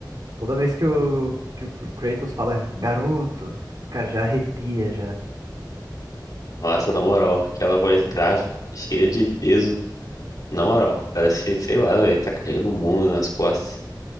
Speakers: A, on the right; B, on the left.
A: toda vez que o, que o Kratos fala garoto, cara, já arrepia, já.
B: Nossa, na moral, aquela voz grave, cheia de peso. Na moral, parece que, sei lá, velho, tá carregando o mundo nas costas.